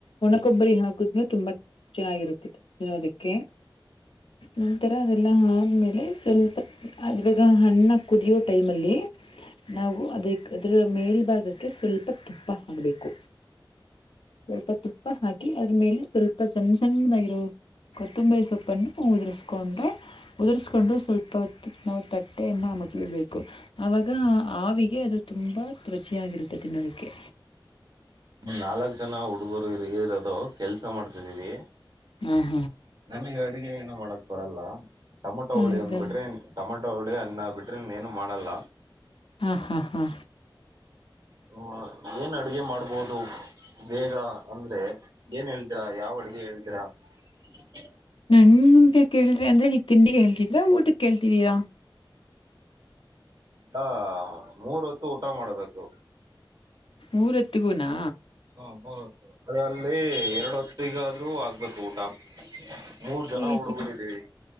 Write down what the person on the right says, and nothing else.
<unintelligible>
ನಾಲ್ಕ್ ಜನ ಹುಡುಗರು ಹುಡುಗೀರ್ ಇರೋದ್ ಕೆಲ್ಸ ಮಾಡ್ತಿದೀವಿ.
ನಮಿಗ್ ಅಡುಗೆ ಏನು. ಮಾಡಕ್ ಬರಲ್ಲ. ಟಮೊಟೋ ಹುಳಿ
ಒಂದ ಬಿಟ್ರೆ ಟಮೊಟ್ ಟೊಮೆಟೊ ಹುಳಿ ಅನ್ನ ಬಿಟ್ರೆ ಇನ್ನ ಏನು ಮಾಡಲ್ಲ.
ಹ ಏನ್ ಅಡುಗೆ ಮಾಡ್ಬೋದು ಬೇಗ ಅಂದ್ರೆ. ಏನ್ ಹೇಳ್ತೀರಾ ಯಾವ್ ಅಡುಗೆ ಹೇಳಿ ತೀರ. <unintelligible>
ಬಾ ಮೂರ ಹೊತ್ತು ಊಟ ಮಾಡಬೇಕು.
ಹ ಬ ಅದರಲ್ಲಿ ಎರಡು ಹೊತ್ತಿಗೆ. <unintelligible> ಆಗ್ಬೇಕು ಊಟ. ಮೂರ್
ಜನ ಹುಡುಗರಿದ್ದೀವಿ